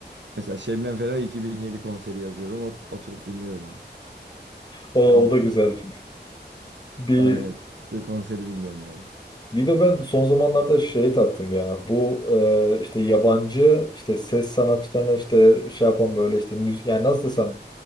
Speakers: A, on the right; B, on the left.
A: Mesela Şebnem Ferah 2007 konseri yazıyorum. Hop, oturup dinliyorum onu.
B: o,
A: Komple.
B: o da güzel. Bir
A: Aynen. Bir konseri dinliyorum yani.
B: bir de ben son zamanlarda şey taktım ya. Bu e, işte yabancı işte ses sanatçılarına işte şey yapan böyle işte müzik yani nasıl desem